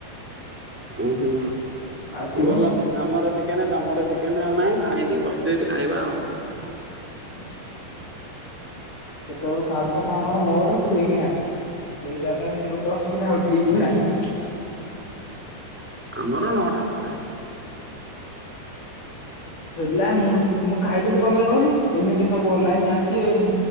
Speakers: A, in the centre; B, on the left.
A: ଉହୁଁ,
B: ଆଉ ତୁ
A: ଗଲ? ଆମର ଚିକେନ। ତମର ଚିକେଣ ଆଉ। ନାଇଁ ଖାଇନି ବସିଚି ଏଇଠି ଖାଇବା ଆଉ କଣ।
B: <inaudible> କେତେବେଳୁ ଖାଉଛ ତମମାନେ? ମୋର ଠିକି ନାଇଁ। ସେଇଟା ତ ହଇଛି ଗୋଟେ ଅସୁବିଧା ହଉଛି। ଠିକ ନାହିଁ ଆଉ।
A: ଆମର ନଅଟା ପରେ।
B: ହେଲା ମୁଁ -ମୁଁ ଖାଇଦେଲି କଣ ପାଇଁ କହିଲୁ? ଏଇନେକେ ସବୁ ଅନଲାଇନ ଆସିବେ।